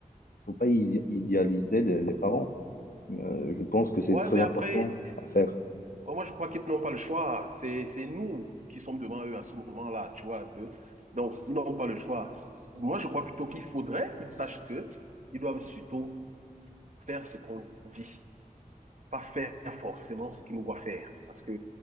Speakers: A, on the left; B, on the right.
A: faut pas idi- idéaliser les, les parents. Euh, je pense que c'est
B: Ouais,
A: très
B: mais après,
A: important à faire.
B: moi, moi, je crois qu'ils n'ont pas le choix. C'est, c'est nous qui sommes devant eux à ce moment-là, tu vois, un peu. Donc, ils n'ont pas le choix. Moi, je crois plutôt qu'il faudrait qu'ils sachent que ils doivent surtout faire ce qu'on dit. pas faire forcément ce qu'ils nous voient faire. Parce que